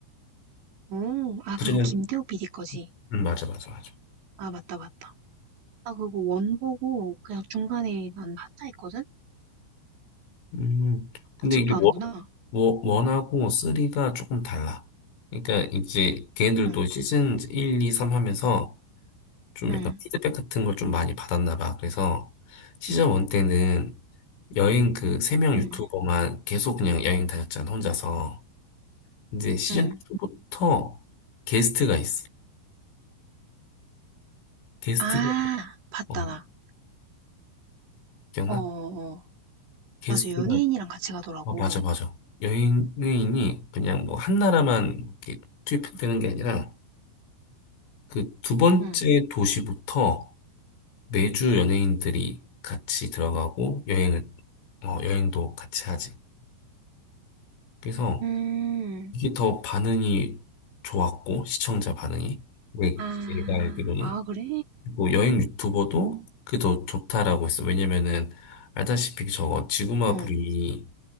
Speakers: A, on the right; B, on the left.
A: 오, 아,
B: 그전엔
A: 그거 김태호 PD 거지?
B: 음, 맞아 맞아 맞아.
A: 아, 맞다, 맞다. 나 그거 원 보고 그냥 중간에 난 하차 했거든?
B: 음 근데
A: 아직도
B: 이게
A: 하는구나.
B: 원, 원- 원하고 3가 조금 달라. 그러니까 이제 걔네들도
A: 응,
B: 시즌 1, 2, 3 하면서 좀
A: 응,
B: 약간 피드백 같은 걸 좀 많이 받았나 봐. 그래서 시즌 1 때는 여행 그 세 명
A: 응,
B: 유튜버만 계속 그냥 여행 다녔잖아, 혼자서. 이제 시즌
A: 응.
B: 2부터 게스트가 있어. 게스트가,
A: 아. 봤다,
B: 어,
A: 나.
B: 기억나?
A: 어어어.
B: 게스트가,
A: 맞아, 연예인이랑 같이 가더라고.
B: 어, 맞아, 맞아. 여행인이 그냥 뭐 한 나라만 이렇게 투입되는 게 아니라 그 두 번째
A: 응.
B: 도시부터 매주 연예인들이 같이 들어가고 여행을, 어, 여행도 같이 하지. 그래서
A: 음,
B: 이게 더 반응이 좋았고, 시청자 반응이. 왜,
A: 아,
B: 내가 알기로는.
A: 아, 그래?
B: 그리고 여행 유튜버도 그게 더 좋다라고 했어. 왜냐면은, 알다시피 저거 지구마블이
A: 응.